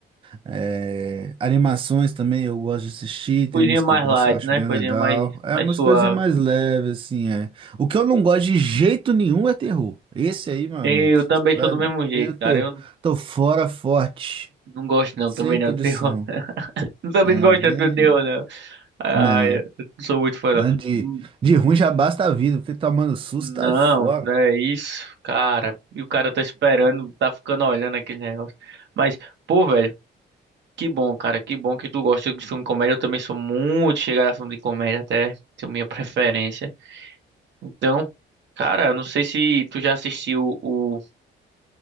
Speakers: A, on the right; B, on the right.
A: É, animações também eu gosto de assistir, tem
B: coisinha
A: umas
B: mais
A: que eu gosto,
B: light,
A: eu acho
B: né?
A: bem
B: Coisinha
A: legal.
B: mais,
A: É
B: mais
A: umas
B: suave.
A: coisinhas mais leves, assim, é. O que eu não gosto de jeito nenhum é terror. Esse aí, meu amigo,
B: Eu também
A: vai-
B: sou do mesmo jeito,
A: eu
B: cara.
A: tô,
B: Eu
A: tô fora forte,
B: não gosto não,
A: sem
B: também não,
A: condição.
B: do terror. <laughs> Não também
A: É,
B: não gosto
A: nem...
B: de terror, não. Ai,
A: Não.
B: eu não sou muito fã,
A: né? De,
B: não.
A: de ruim já basta a vida, porque tomando susto
B: Não,
A: tá fora.
B: não é isso, cara. E o cara tá esperando, tá ficando olhando aquele negócio. Mas, pô, velho, que bom, cara. Que bom que tu gosta de filme de comédia. Eu também sou muito chegado a filme de comédia, até tenho minha preferência. Então, cara, eu não sei se tu já assistiu o.